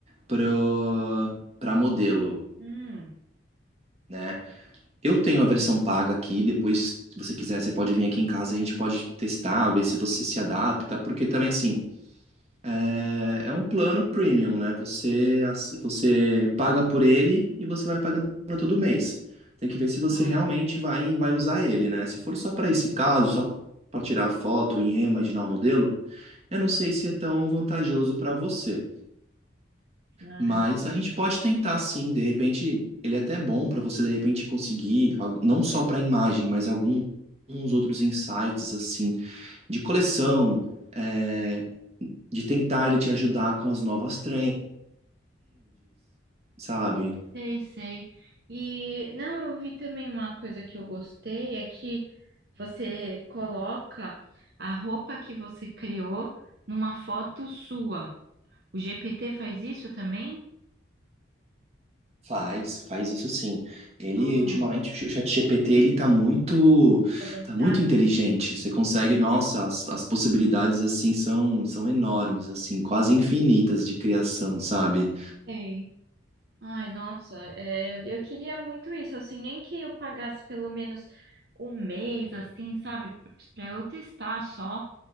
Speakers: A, on the right; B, on the right.
A: pro, para modelo,
B: Hum,
A: né? Eu tenho a versão paga aqui, depois, se você quiser, você pode vir aqui em casa, a gente pode testar, ver se você se adapta, porque também, assim, é, é um plano premium, né? Você, ass- você paga por ele e você vai pagando todo mês. Tem que ver se você
B: Ah,
A: realmente vai, vai usar ele, né? Se for só para esse caso, só para tirar foto e reimaginar o modelo, eu não sei se é tão vantajoso para você.
B: ah,
A: Mas a gente pode tentar sim, de repente, ele é até bom para você de repente conseguir, al- não só para imagem, mas algum- alguns outros insights assim, de coleção é, de tentar ele te ajudar com as novas trends, sabe?
B: sei, sei. E não, eu vi também uma coisa que eu gostei é que você coloca a roupa que você criou numa foto sua. O GPT faz isso também?
A: Faz, faz isso sim. Ele,
B: Ah,
A: ultimamente, o ChatGPT ele tá muito,
B: avançado.
A: tá muito inteligente. Você consegue, nossa, as, as possibilidades, assim, são, são enormes, assim, quase infinitas de criação, sabe?
B: Sei. Ai, nossa, é, eu queria muito isso, assim, nem que eu pagasse pelo menos um mês, assim, sabe, para eu testar só,